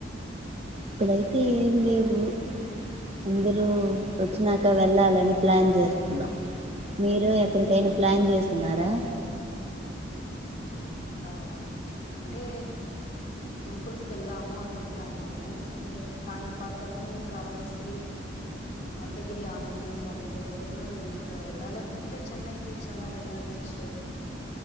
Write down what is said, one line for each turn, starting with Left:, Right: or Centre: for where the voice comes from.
Right: ఇప్పుడైతే ఏం లేవు అందరూ వచ్చినాక వెళ్ళాలని ప్లాన్ చేస్తున్నాం మీరు ఎక్కడికైనా ప్లాన్ చేసున్నారా
Left: ఆ ఇంకా ప్చ్అంటే టెంపుల్స్ కి వెళ్దాము అనుకుంటాన్నాము లైక్ కాణిపాకము కాళహస్త్రి అర్ధగిరి ఆంజనేయ స్వామి టెంపుల్ ఇంకా వెళ్ళాలనుకుంటే చెన్నై బీచ్ అలా వెళ్ళాలి సిస్టర్